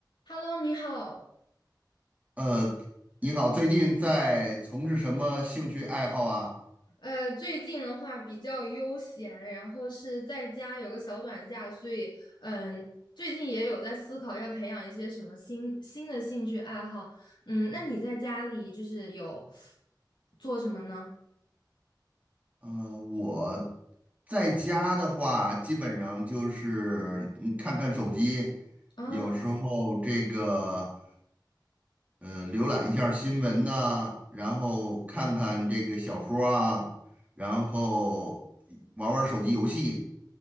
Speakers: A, on the left; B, on the right.
A: Hello，你好。
B: 呃，你好，最近在从事什么兴趣爱好啊？
A: 呃，最近的话比较悠闲，然后是在家有个小短假，所以嗯，最近也有在思考要培养一些什么新新的兴趣爱好。嗯，那你在家里就是有做什么呢？
B: 呃，我在家的话，基本上就是嗯看看手机，
A: 啊，
B: 有时候这个
A: 哦
B: 呃浏览一下新闻呐、然后看看这个小说啊，然后玩玩手机游戏。